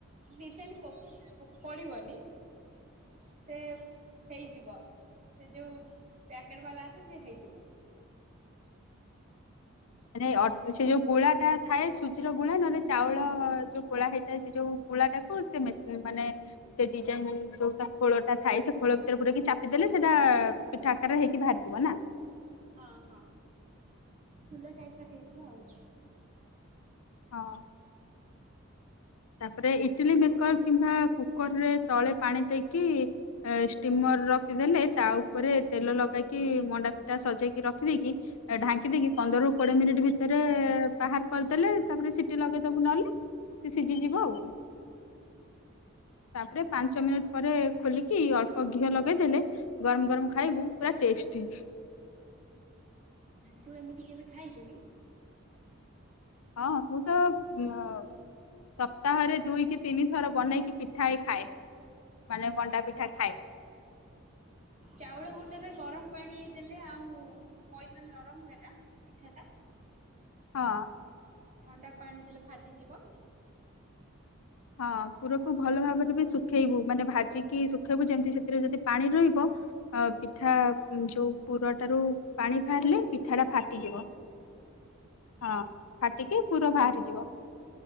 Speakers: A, on the right; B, on the left.
A: ଡିଜାଇନ ପଡ଼ିବନି। ସେ ହେଇଯିବ ସେ ଯୋଉ <unintelligible> ବାଲା ଆସେ ସିଏ ହେଇଯିବ।
B: <unintelligible> ସେ ଯେଉୁଁ ଗୋଳାଟା ଥାଏ ସୁଜିର ଗୋଳା ନ ହେଲେ ଚାଉଳ ଯେଉଁ ଗୋଳା ହୋଇଥାଏ ସେ ଯେଉଁ ରେ ଗୋଳା ଟାକୁ ସେ ମେସ ମାନେ ସେ ଡ଼ିଜାଇନ ଯୋଉଟା ଖୋଳଟା ଥାଏ ସେ ଖୋଳ ଭିତରେ ପୁରାଇ ଚାପି ଦେଲେ ସେ ଟା ପିଠା ଆକାର ହେଇକି ବାହାରି ଯିବ ନା?
A: ହଁ ହଁ ଫୁଲ ଟାଇପର ହେଇଯିବ ଆଉ।
B: ହଁ। ତାପରେ ଇଟିଲି ମେକର କିମ୍ବା କୁକର ରେ ତଳେ ପାଣି ଦେଇକି ଷ୍ଟିମର ରଖିଦେଲେ ତା ଉପରେ ତେଲ ଲଗେଇକି ମଣ୍ଡା ପିଟା ସଜେଇକି ରଖିଦେଇକି ଢାଙ୍କି ଦେଇକି ପନ୍ଦରରୁ କୋଡିଏ ମିନିଟ୍ ଭିତରେ ବାହାର କରିଦେଲେ ତାପରେ ସିଟି ଲଗେଇଦବୁ ନହେଲେ। ସିଝି ଯିବ ଆଉ। ତାପରେ ପାଞ୍ଚ ମିନିଟ ପରେ ଖୋଲିକି ଅଳ୍ପ ଘିଅ ଲଗେଇଦେଲେ ଗରମ ଗରମ ଖାଇବୁ ପୁରା ଟେଷ୍ଟି।
A: ତୁ ଏମିତି କେବେ ଖାଇଚୁ କି?
B: ହଁ ମୁଁ ତ <unintelligible> ସପ୍ତାହରେ ଦୁଇ କି ତିନି ଥର ବନେଇକି ପିଠା ହେ ଖାଏ। ମାନେ ମଣ୍ଡା ପିଠା ଖାଏ।
A: ଚାଉଳ ଗୁଣ୍ଡରେ ଗରମ ପାଣି ଦେଲେ ଆଉ ମଇଦେଲେ ନରମ ହୁଏ ନା ପିଠାଟା?
B: ହଁ।
A: ଥଣ୍ଡା ପାଣି ଦେଲେ ଫାଟିଯିବ।
B: ହଁ ପୁରକୁ ଭଲ ଭାବରେ ବି ଶୁଖେଇବୁ। ମାନେ ଭାଜିକି ଶୁଖେଇବୁ ଯେମିତି ସେଥିରେ ଯଦି ପାଣି ରହିବ ଅ ପିଠା ଯୋଉ ପୁରଟାରୁ ପାଣି ବାହାରିଲେ
A: ବାହାରି ଆସିବ।
B: ପିଠା ଟା ଫାଟିଯିବ ହଁ ଫାଟିକି ପୁର ବାହାରିଯିବ।